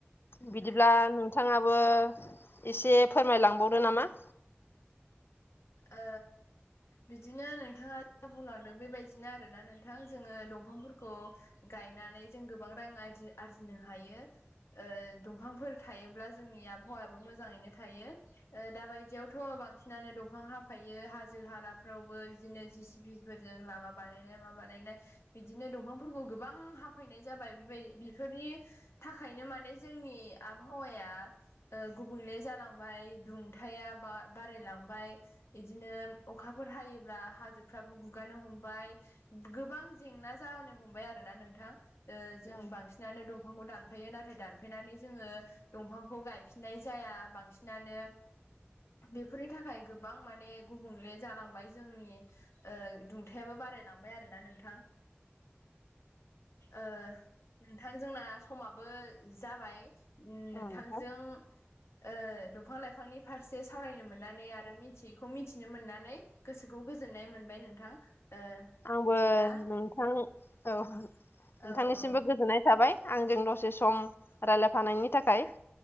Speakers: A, on the left; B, on the left.
A: बिदिब्ला नोंथाङाबो एसे फोरमायलांबावदो नामा।
B: ओ बिदिनो नोंथाङा <unintelligible> बुंलांदों बेबायदिनो आरोना नोंथां जोङो दंफांफोरखौ गायनानै जों गोबां रां आरजि-आरजिनो हायो। ओ दंफांफोर थायोब्ला जोंनि आबहावायाबो मोजाङैनो थायो। ओ दाबायदियावथ' बांसि नानो दंफां हाफायो हाजो हालाफ्रावबो बिदिनो जिसिबिफोरजों लामा बानायनाय मा बानायनाय बिदिनो दंफांफोरखौ गोबां हाफैनाय जाबाय बेबाय बेफोरनि थाखायनो माने जोंनि आबहावाया ओ गुबुंले जालांबाय दुंथाया बा-बारायलांबाय। इदिनो अखाफोर हायोब्ला हाजोफ्राबो गुगानो हमबाय। गोबां जेंना जानो हमबाय आरो ना नोंथां ओ जों
A: औ
B: बांसिन नानो दंफांखौ दानफायो नाथाय दानफायनानै जोङो दंफांखौ गायफिननाय जाया बांसिनानो बे फोरनि थाखाय गोबां माने गुबुंले जालांबाय जोंनि ओ दुंथायाबो बारायलांबाय आरोना नोंथां ओ नोंथां जोंना समाबो जाबाय। ओम नोंथांजों
A: औ नोंथां
B: ओ दंफां लाइफांनि फारसे सावरायनो मोन नानै आरो मिथियैखौ मिथिनो मोननानै गोसोखौ गोजोननाय मोनबाय नोंथां ओ
A: आंबो
B: बिदिब्ला
A: नोंथां औ नोंथांनिसिमबो
B: औ औ
A: गोजोननाय थाबाय। आंजों दसे सम रायलायफानायनि थाखाय